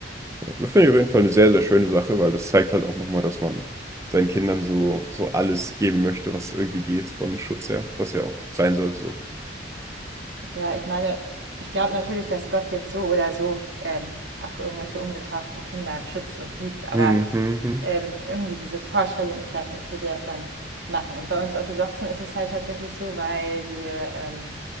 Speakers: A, on the right; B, on the right.
A: Das finde ich auf jeden Fall eine sehr, sehr schöne Sache, weil das zeigt halt auch nochmal, dass man seinen Kindern so, so alles geben möchte, was irgendwie geht von Schutz her, was ja auch sein sollte so.
B: Ja, ich meine, ich glaube natürlich, dass Gott jetzt so oder so ähm, auch irgendwelche ungetauften Kinder schützt und liebt. Aber
A: Mhm, mhm,
B: ähm, irgendwie diese Vorstellung, ich weiß nicht, ich würde das dann machen. Und bei uns Orthodoxen ist es halt tatsächlich so, weil wir ähm,